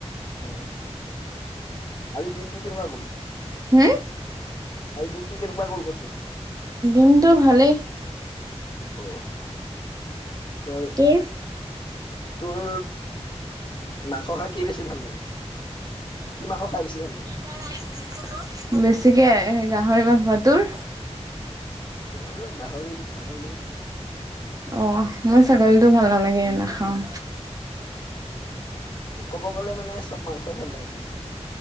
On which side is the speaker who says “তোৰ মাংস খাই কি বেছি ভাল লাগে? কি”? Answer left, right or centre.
Left